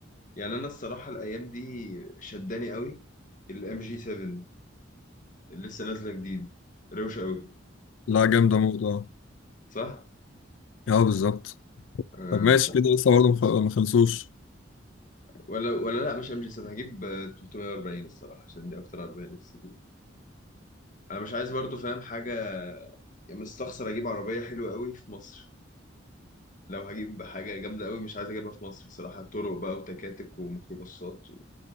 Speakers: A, on the left (about 40°); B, on the left (about 80°).
A: يعني انا الصراحه الايام دي شداني قوي الام جي 7 اللي لسه نازله جديد روشه قوي
B: لا
A: مش عارف
B: جامدة موت اه
A: صح
B: اه بالظبط
A: آه
B: طب ماشي
A: ف-
B: كده لسه برضه مخ- ما خلصوش
A: ولا ولا لا مش ام جي 7 هجيب آه، 340 الصراحه عشان دي اكتر عربيه نفسي فيها انا مش عايز برضو فاهم حاجه مستخسر اجيب عربيه حلوه قوي في مصر لو هجيب حاجة جامدة قوي مش عايز أجيبها في مصر بصراحة طرق بقى وتكاتك وميكروباصات